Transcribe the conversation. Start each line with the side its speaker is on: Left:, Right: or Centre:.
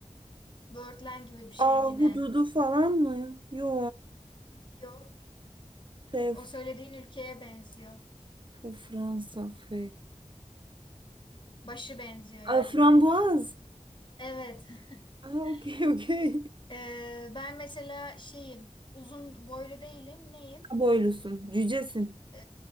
Left: Birdland gibi bir şey
Right: Ahududu
Left: yine.
Right: falan mı? Yo.
Left: Yok.
Right: F,
Left: O söylediğin ülkeye benziyor.
Right: F- Fransa F.
Left: Başı benziyor yani.
Right: Ay, frambuaz.
Left: Evet.
Right: Aa,
Left: <laughs>
Right: okey <laughs> okey.
Left: Ee, ben mesela şeyim. Uzun boylu değilim. Neyim?
Right: Boylusun. Cücesin.
Left: Ee,